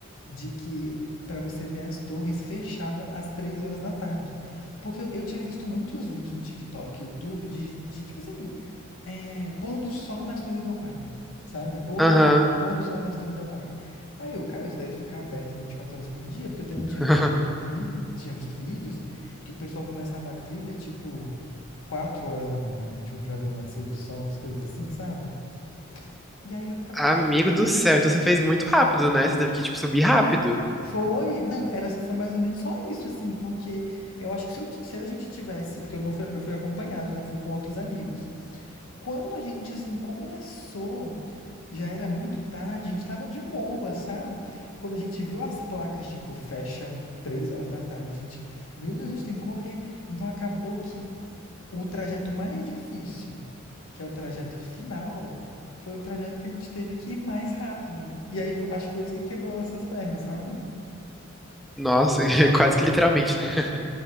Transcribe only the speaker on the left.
de que para você ver as torres fechava às três horas da tarde. Porque eu, eu tinha visto muitos vídeos no TikTok, YouTube, de, de tipo assim, é, pôr do sol nas torres da Alpine, sabe? Pôr,
pôr do sol nas torres da Alpine. Aí eu, cara, isso deve ficar aberto 24 horas por dia, porque eu também
tinha visto trilha, tinha visto vídeos que o pessoal começava a trilha tipo 4 horas da manhã, tipo, pra ver o nascer do sol, umas coisas assim, sabe? E aí eu ficava.
pe-
Foi? Não, era, foi mais ou menos só isso, assim, porque eu acho que se, eu ti- se a gente tivesse, porque eu não fui, eu fui acompanhado, né? Fui com outros amigos. Quando a gente, assim, começou, já era muito tarde, a gente tava de boa, sabe? Quando a gente viu as placas, tipo, fecha três horas da tarde, a gente, meu Deus, a gente tem que correr. Então acabou que O trajeto mais difícil, que é o trajeto final, foi o trajeto que a gente teve que ir mais rápido. E aí fo- acho que foi isso que quebrou nossas pernas, sabe?